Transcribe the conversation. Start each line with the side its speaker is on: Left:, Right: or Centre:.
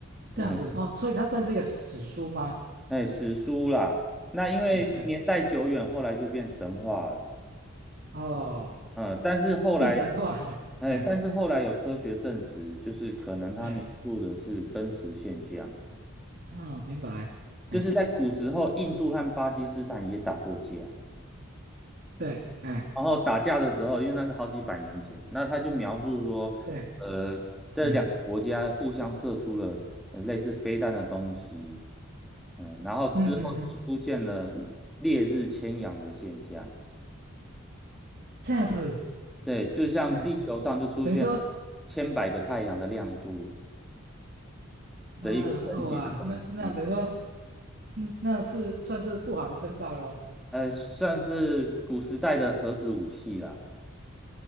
Right: 这样子哦，
Centre: 嗯，
Right: 所以它算是一个史书吗？
Centre: 哎，史书啦。那因为年代久远，
Right: 嗯，对，
Centre: 后来就变神话了。
Right: 哦，
Centre: 嗯，但是后来，
Right: 变神话，<laughs>
Centre: 哎，
Right: 嗯，
Centre: 但是后来有科学证实，就是可能他描述的是真实现象，
Right: 对，嗯，明白，
Centre: 就是在古时候，
Right: 哎，
Centre: 印度和巴基斯坦也打过架。
Right: 对，哎，
Centre: 然后打架的时候，因为那是好几百年前，那他就描述说，
Right: 对，
Centre: 呃，这两个国家互相射出了呃类似飞弹的东西，
Right: 嗯
Centre: 嗯，然后之后就出现了烈日千阳的现象，
Right: 嗯嗯嗯，这样子，
Centre: 对，就像地球上就出现了千百个太阳的亮度
Right: 哎，等于说，
Centre: 的一个神奇的东西，
Right: 啊，哦啊，那那等于说，嗯，那是算是不好的征兆喽。
Centre: 呃，算是古时代的核子武器啦。